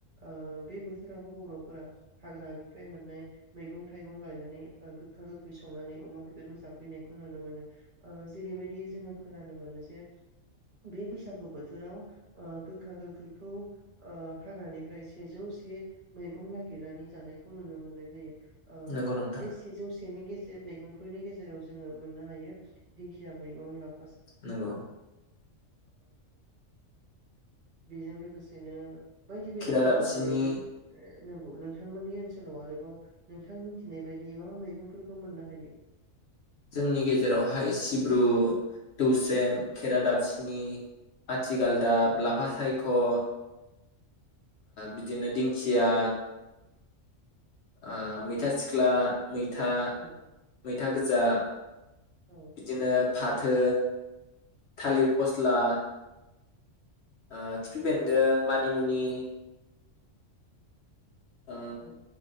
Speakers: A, on the right; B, on the left.
A: ओ बे बोथोरावबो बर'फोरा हाग्रानिफ्राय मोननाय मैगं थाइगं लायनानै ओ गोखा गोखै संनानै अमा बेदरजों जाफैनायखौ नुनो मोनो ओ जेरैबायदि जोङो खोनानो मोनो जे बे बैसागु बोथोराव ओ गोखा गोखैखौ ओ हाग्रानिफ्राय सेजौ से मैगं नागिरनानै जानायखौ नुनो मोननाय जायो। ओ
B: नंगौ नोंथां
A: बे सेजौ से बेनि गेजे मैगंफोरनि गेजेराव जोङो मोननो हायो दिंखिया मैगं ला <unintelligible> <unintelligible> ओ
B: नंगौ
A: बेजों लोगोसेनो बायदि बायदिखौ
B: खेरादाबसिनि
A: मोननो हायो <unintelligible> नोंगौ नोंथांमोननि ओनसोलाव आरोबाव नोंथां मिथिनाय बायदि मा मैगंफोरखौ मोननो हायो।
B: जोंनि गेजेरावहाय सिब्रु, दौस्रेम, खेरा, दाबफिनि आथिगालदाब लाफा सायख'ओ बिदिनो दिंखिया ओ मैथा सिख्ला मैथा
A: औ
B: मै था गोजा
A: औ
B: बिदिनो फाद थो थालिर फस्ला ओ खिफि बेन्दों मानिमुनि ओ
A: औ